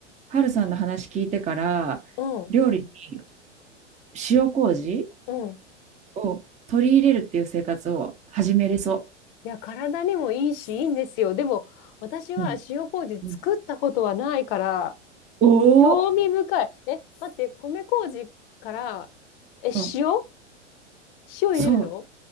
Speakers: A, on the right; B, on the left.
A: ハルさんの話聞いてから、
B: うん、
A: 料理に塩麹
B: うん。
A: を取り入れるっていう生活を始めれそ
B: いや、体にもいいし、いいんですよ。でも、私は塩麹作ったことはないから、
A: う。うん。うん、お
B: 興味深い。
A: お、
B: え、待って、米麹から、え、
A: うん、
B: 塩塩入れるの
A: そう。